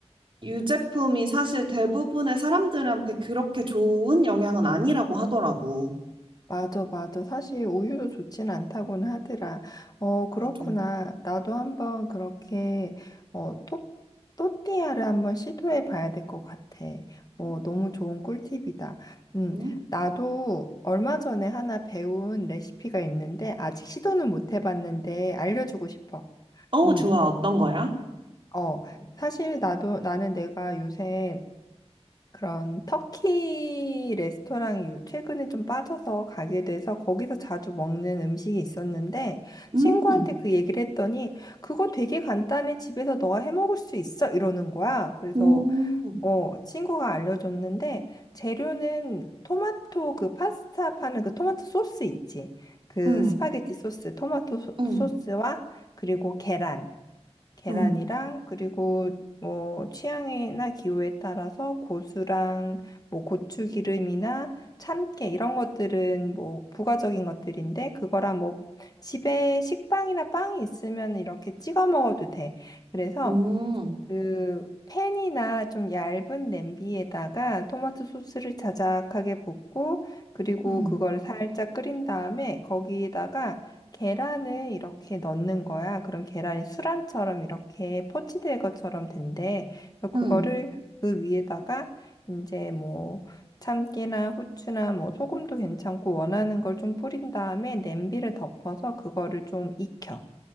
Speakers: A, on the right; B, on the left.
A: 유제품이 사실 대부분의 사람들한테 그렇게 좋은 영향은 아니라고 하더라고.
B: 맞아, 맞아. 사실 우유도 좋진 않다고는 하더라. 어, 그렇구나.
A: 맞아.
B: 나도 한번 그렇게, 어, 토, 또띠아를 한번 시도해 봐야 될 것 같아. 어,
A: 음,
B: 너무 좋은 꿀팁이다. 음,
A: 응?
B: 나도 얼마 전에 하나 배운 레시피가 있는데, 아직 시도는 못 해봤는데, 알려주고 싶어.
A: 어,
B: 음,
A: 좋아. 어떤 거야?
B: 어, 사실 나도, 나는 내가 요새 그런 터키 레스토랑이 요- 최근에 좀 빠져서 가게 돼서 거기서 자주 먹는 음식이 있었는데 친구한테
A: 음,
B: 그 얘기를 했더니 그거 되게 간단해 집에서 너가 해 먹을 수 있어 이러는 거야. 그래서
A: 오,
B: 어 친구가 알려줬는데 재료는 토마토 그 파스타 파는 그 토마토 소스 있지. 그
A: 응,
B: 스파게티 소스, 토마토 소,
A: 음,
B: 소스와 그리고 계란 계란이랑
A: 응,
B: 그리고 뭐 취향이나 기호에 따라서 고수랑 뭐 고추기름이나 참깨 이런 것들은 뭐 부가적인 것들인데 그거랑 뭐 집에 식빵이나 빵이 있으면 이렇게 찍어 먹어도 돼. 그래서
A: 오,
B: 그 팬이나 좀 얇은 냄비에다가 토마토 소스를 자작하게 붓고 그리고
A: 응,
B: 그걸 살짝 끓인 다음에 거기에다가 계란을 이렇게 넣는 거야. 그럼 계란이 수란처럼 이렇게 포치될 것처럼 된대. 그래서
A: 음,
B: 그거를 그 위에다가 이제 뭐 참깨나 후추나 뭐 소금도 괜찮고 원하는 걸 좀 뿌린 다음에 냄비를 덮어서 그거를 좀 익혀.